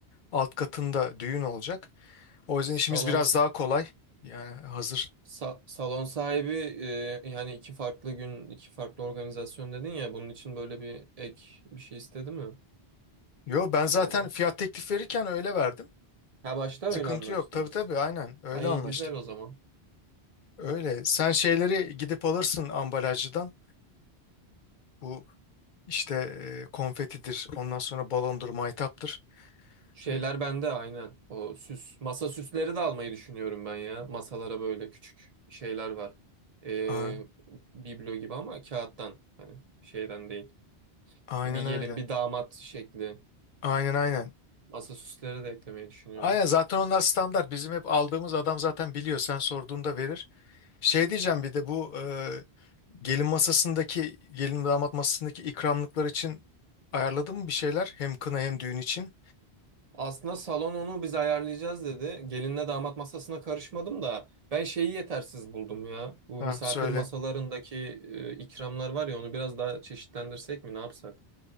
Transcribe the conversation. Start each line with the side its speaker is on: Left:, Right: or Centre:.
Left: Alt katında düğün olacak. O yüzden işimiz
Right: Salon
Left: biraz daha kolay. Yani hazır.
Right: Sa- salon sahibi e, yani iki farklı gün iki farklı organizasyon dedin ya bunun için böyle bir ek bir şey istedi mi?
Left: Yo ben
Right: Hani
Left: zaten
Right: ya da
Left: fiyat teklif verirken öyle verdim.
Right: ha başta
Left: Sıkıntı
Right: öyle anlaştınız.
Left: yok. Tabii tabii aynen öyle
Right: Ay
Left: anlaştık.
Right: güzel o zaman.
Left: Öyle. Sen şeyleri gidip alırsın ambalajcıdan. Bu işte e, konfetidir. Ondan sonra balondur, maytaptır.
Right: Şeyler
Left: Evet.
Right: bende aynen. O süs masa süsleri de almayı düşünüyorum ben ya. Masalara böyle küçük şeyler var. E,
Left: A-
Right: biblo gibi ama kağıttan hani şeyden değil.
Left: Aynen
Right: Bir gelin
Left: öyle.
Right: bir damat şekli
Left: Aynen aynen.
Right: masa süsleri de eklemeyi düşünüyorum.
Left: Aynen zaten onlar standart. Bizim hep aldığımız adam zaten biliyor. Sen sorduğunda verir. Şey diyeceğim bir de bu e, gelin masasındaki gelin damat masasındaki ikramlıklar için ayarladın mı bir şeyler? Hem kına hem düğün için.
Right: Aslında salon onu biz ayarlayacağız dedi. Gelinle damat masasına karışmadım da ben şeyi yetersiz buldum ya. Bu
Left: Ha
Right: misafir
Left: söyle.
Right: masalarındaki e, ikramlar var ya onu biraz daha çeşitlendirsek mi ne yapsak?